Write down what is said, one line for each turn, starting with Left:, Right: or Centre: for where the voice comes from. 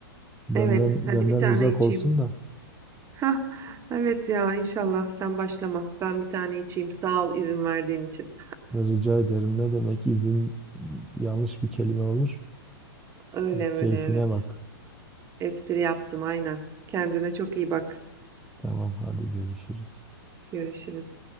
Centre: Benden
Right: Evet, hadi
Centre: benden
Right: bir tane
Centre: uzak
Right: içeyim.
Centre: olsun da
Right: Hah, evet ya inşallah sen başlama. Ben bir tane içeyim. Sağ ol izin verdiğin için.
Centre: rica ederim. Ne demek izin yanlış bir kelime olur.
Right: Öyle öyle
Centre: Keyfine
Right: evet.
Centre: bak.
Right: Espri yaptım aynen. Kendine çok iyi bak.
Centre: Tamam hadi görüşürüz.
Right: Görüşürüz.